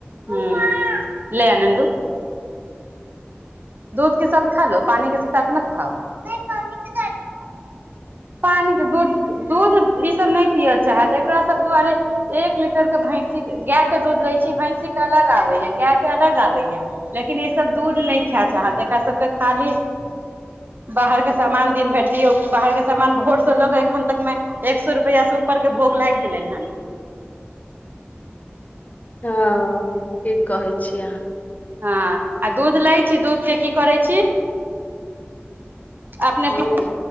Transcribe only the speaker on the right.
ह ललै आ नन्दु <inaudible> पान दूध-दूध ईसभ नहि पियल चाहत एकरा सब दुआरे एक लीटर के भैंसीक गायके दूध लै छी भैंसीके अलग आबैया गायके अलग आबैया लेकिन ईसभ दूध नहि खाय चाहत एकरा सबके खाली बाहरके सामान दिन भरि दियौ बाहरके सान भोरसँ लोकऽ एखन मे एक सए रुपआ से ऊपर के भोग लागि गेलै हन
हँ आ दूध लै छी दूधके की करै छी अपने प